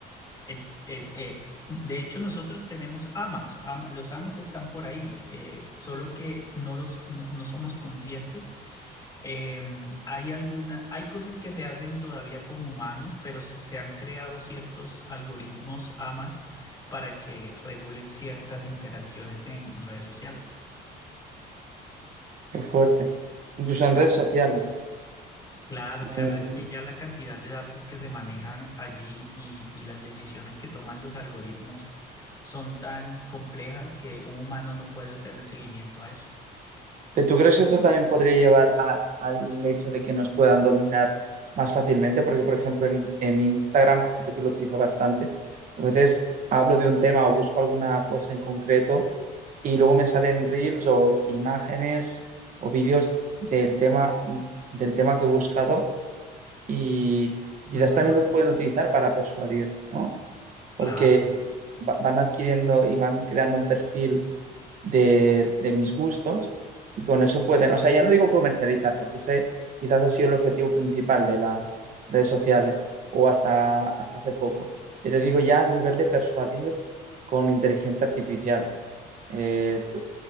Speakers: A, on the left (about 20°); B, on the right (about 50°).
A: Eh, eh, eh, de hecho, nosotros tenemos amas, ama- los amas están por ahí, eh, solo que no los no no somos conscientes eh, hay alguna, hay cosas que se hacen todavía con humanos, pero se, se han creado ciertos algoritmos AMAs para que regulen ciertas interacciones en redes sociales.
B: Qué fuerte. Incluso en redes sociales.
A: Claro,
B: Mm,
A: claro, es que ya la cantidad de datos que se manejan allí y, y las decisiones que toman los algoritmos son tan complejas que un humano no puede hacerle seguimiento a eso.
B: ¿Pero tú crees que esto también podría llevar a- al hecho de que nos puedan dominar más fácilmente? Porque, por ejemplo, en, I- en Instagram, yo que lo utilizo bastante, a veces hablo de un tema o busco alguna cosa en concreto y luego me salen reels o imágenes o vídeos del tema, del tema que he buscado y quizás
A: Ujú,
B: también lo pueden utilizar para persuadir, ¿no? porque
A: Claro,
B: va- van adquiriendo y van creando un perfil de, de mis gustos y con eso pueden, o sea, ya no digo comercializar, porque ese quizás ha sido el objetivo principal de las redes sociales o hasta, hasta hace poco, pero digo ya al nivel de persuadir con inteligencia artificial. Eh, tú-